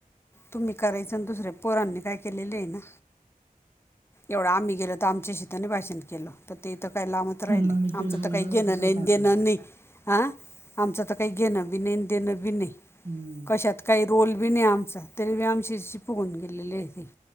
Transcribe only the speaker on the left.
तुम्ही करायचं आणि दुसर्या पोरांनी काय केलेले आहे ना? एवढं आम्ही गेलो त आमच्याशी तर नाही भाषण केलं. त ते तर काही लांबच राहिले
आमचं
तर काही घेणं
नाही,
देणं
नाही. हां, आमचं तर काही घेणं बी नाही देणं बी नाही
कशात. काही रोल बी नाही आमचा तरी बी आमच्याशी फुगवून गेलेले आहे ते